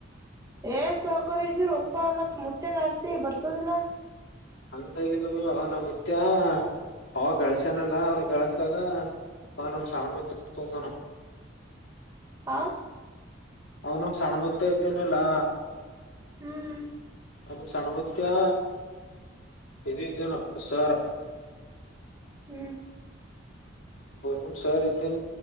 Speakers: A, on the right (about 20°); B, on the left (about 70°).
A: ಏನ್ ಸೌಕಾರ ಇದೀರೋಪಾ ಮತ್ ಮುತ್ಯಾಗ ಆಸ್ತಿ ಬರ್ತದ್ ಲಾ.
B: ಹಂಗ ಇಲ್ಲ ಅದು ಅವ್ ನಮ್ ಮುತ್ಯಾ. ಅವ ಗಳಸ್ಯಾನಲ್ಲ ಆ ಗಳಸ್ದಾಗ ಅವ ನಮ ಸಣ್ಣ ಮುತ್ಯಾ ತಂಗೋಡಾನ.
A: ಹಾ.
B: ಅವ್ ನಮ ಸಣ್ಣ ಮುತ್ಯಾ ಇದಿನಲ್ಲಾ.
A: ಹ್ಮ್.
B: ನಮ್ ಸಣಮುತ್ಯಾ ಇದು ಇದದ ಸರ್.
A: ಹ್ಞ.
B: ಗೋರ್ಮೆಂಟ್ ಸರ್ ಇದ